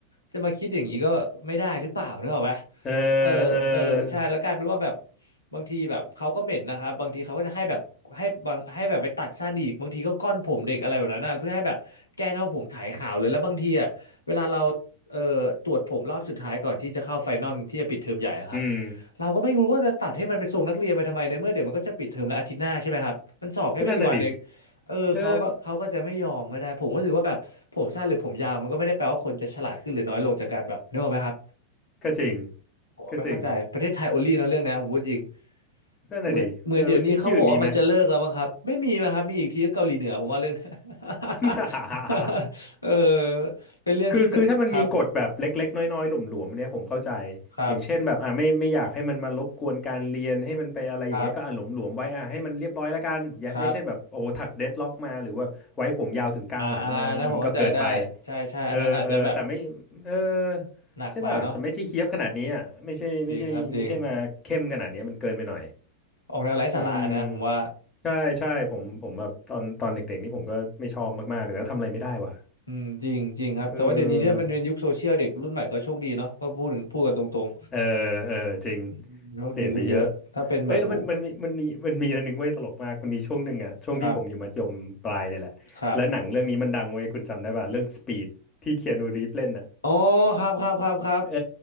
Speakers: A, on the left; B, on the left.
A: จะมาคิดอย่างนี้ก็ไม่ได้หรือเปล่านึกออกปะ
B: เออ
A: เออเออใช่แล้วกลายเป็นว่าแบบ
B: เออ
A: บางทีแบบเขาก็เหม็นนะครับบางทีเขาก็จะให้แบบให้บางให้แบบไปตัดสั้นอีกบางทีก็ก้อนผมเด็กอะไรแบบนั้นนะเพื่อให้แบบแกล้งให้ผมถ่ายขาวเลยแล้วบางทีอ่ะเวลาเราเอ่อตรวจผมรอบสุดท้ายก่อนที่จะเข้าไฟนอลที่จะปิดเทอมใหญ่อะครับ
B: อืม
A: เราก็ไม่รู้ว่าจะตัดให้มันเป็นทรงนักเรียนไปทำไมในเมื่อเดี๋ยวมันก็จะปิดเทอมแล้วอาทิตย์หน้าใช่ไหมครับมันสอบแค่ไม่กี่วันเอง
B: ก็นั่นน่ะดิ
A: เออเขาก็เขาก็จะไม่ยอมไม่ได้ผมก็รู้สึกว่าแบบผมสั้นหรือผมยาวมันก็ไม่ได้แปลว่าคนจะฉลาดขึ้นหรือน้อยลงจากการแบบนึกออกไหมครับ
B: เออก็จริง
A: ผมไม่เข้าใจประเทศไทยโอลี่เนาะเรื่องนี้ผมพูดจริง
B: ก็จริงนั่นน่ะดิเออมันมีที่อื่นมีไหม
A: เหมือนเหมือนเดี๋ยวนี้เขาบอกว่ามันจะเลิกแล้วมั้งครับไม่มีนะครับมีอีกทีก็เกาหลีเหนือผมว่าเรื่อง
B: <laughs>
A: <laughs> เออเป็นเรื่องที่ประเทศครับ
B: คือคือถ้ามันมีกฎแบบเล็กๆน้อยๆหลวมๆเนี่ยผมเข้าใจ
A: ครับ
B: อย่างเช่นแบบอ่าไม่ไม่อยากให้มันมารบกวนการเรียนให้มันไปอะไรอย่างเงี้ยก็อ่าหลวมๆไว้อ่าให้มันเรียบร้อยแล้วกันอย่าไม่ใช่แบบโอ้โหถักเดดล็อกมาหรือว่าไว้ผมยาวถึงกลางหลังมามันก็เกินไป
A: ครับครับอ่าอ่านะผมเข้าใจได้ใช่ใช่อันนั้นอาจจะแบบ
B: เออเออแต่ไม่เออ
A: หนักไปเนาะ
B: ใช่ป่ะแต่ไม่ใช่เฮี้ยบขนาดนี้อ่ะไม่ใช่ไม่ใช่ไม่ใช่มาเข้มขนาดเนี้ยมันเกินไปหน่อย
A: จริงครับจริงออกแนวไร้สาระอันนะผมว่า
B: อืมใช่ใช่ผมผมแบบตอนตอนเด็กๆนี่ผมก็ไม่ชอบมากๆเลยแล้วทำอะไรไม่ได้ว่ะ
A: อืมจริงจริงครับแต่ว่าเดี๋ยวนี้เนี่ยมันเป็นยุคโซเชียลเด็กรุ่นใหม่ก็โชคดีเนาะก็พูดถึงพูดกันตรง
B: เออ เออ เออ จริง
A: ๆอืมโชคดีขึ้นเยอะถ้าเป็นแบบผู
B: เปลี่ยนไปเยอะ เอ้ย แล้วมันมันมีมันมีมันมีอันหนึงเว้ยตลกมากมันมีช่วงหนึ่งอะช่วงที่ผมอยู่มัธยมปลายเนี่ยแหละแล้วหนังเรื่องนี้มันดังเว้ยคุณจำได้ป่ะเรื่อง
A: ครับครับ
B: Speed ที่เคียนูรีฟเล่นอะ
A: อ๋อครับครับครับครับ
B: เอ